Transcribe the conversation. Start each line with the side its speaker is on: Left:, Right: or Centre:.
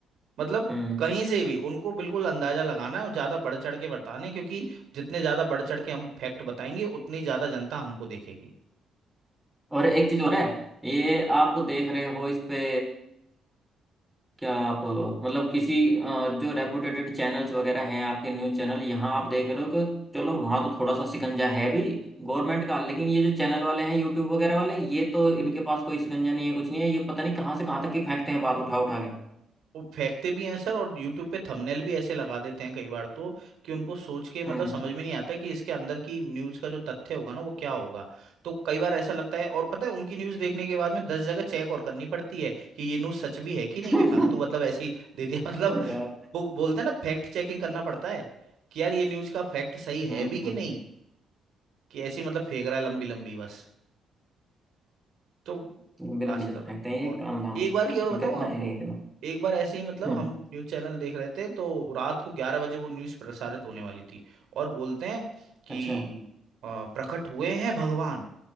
Right: मतलब
Centre: हम्म
Right: कहीं से भी उनको बिल्कुल अंदाजा लगाना है और ज्यादा बढ़ चढ़ के बताने क्योंकि जितने ज्यादा बढ़ चढ़ के हम फैक्ट बताएंगे उतनी ज्यादा जनता हमको देखेगी
Centre: और एक चीज और है ये आप देख रहे हो इस पे क्या आप अ, मतलब किसी अ, जो रेपुटेटेड चैनल्स वगैरह हैं आपके न्यूज़ चैनल यहाँ आप देख रहे हो कि चलो वहाँ तो थोड़ा सा शिकंजा है भी गवर्नमेंट का लेकिन ये जो चैनल वाले हैं यूट्यूब वगैरह वाले ये तो इनके पास कोई शिकंजा नहीं है कुछ नहीं है ये पता नहीं कहाँ से कहाँ तक की फेंकते हैं बात उठा उठा के
Right: वो फेंकते भी हैं सर और यूट्यूब पे थंबनेल भी ऐसे लगा देते हैं कई बार तो कि उनको सोच के मतलब
Centre: हम्म
Right: समझ में नहीं आता कि इसके अंदर की न्यूज़ का जो तथ्य होगा ना वो क्या होगा तो कई बार ऐसा लगता है और पता है उनकी न्यूज़ देखने के बाद में दस जगह चेक और करनी पड़ती है कि ये न्यूज़ सच भी है कि नहीं
Centre: <laughs>
Right: कि फालतू मतलब ऐसी ही दे दिया <laughs> मतलब
Centre: यार,
Right: वो बोलते हैं ना फैक्ट चेकिंग करना पड़ता है कि यार ये न्यूज़ का फैक्ट सही
Centre: हम्म,
Right: है भी कि नहीं कि ऐसी मतलब फेंक रहा है लंबी लंबी बस तो
Centre: हम्म, बिलम्बी
Right: वास्तव
Centre: जाते फेंकते
Right: में
Centre: हैं ये
Right: बहुत
Centre: काम धाम
Right: एक बार की और बताऊं
Centre: इनका इतना
Right: आपको
Centre: है नहीं इतना
Right: एक बार ऐसे ही मतलब
Centre: हम्म
Right: हम न्यूज चैनल देख रहे थे तो रात को ग्यारह बजे वो न्यूज प्रसारित होने वाली थी और बोलते हैं कि
Centre: अच्छा
Right: अ, प्रकट हुए हैं भगवान